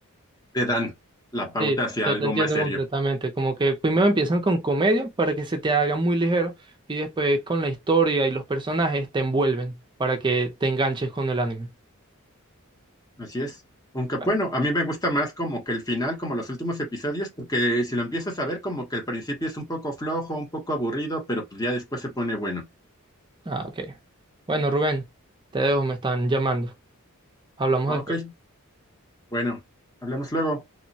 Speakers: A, on the left; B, on the right.
A: te dan la pauta
B: Sí,
A: hacia
B: yo
A: algo
B: te entiendo
A: más serio.
B: completamente. Como que primero empiezan con comedia para que se te haga muy ligero y después con la historia y los personajes te envuelven para que te enganches con el anime.
A: Así es. Aunque bueno,
B: Bueno,
A: a mí me gusta más como que el final, como los últimos episodios, porque si lo empiezas a ver, como que el principio es un poco flojo, un poco aburrido, pero pues ya después se pone bueno.
B: Ah, ok. Bueno, Rubén, te dejo, me están llamando. Hablamos
A: Ok,
B: después.
A: bueno, hablamos luego.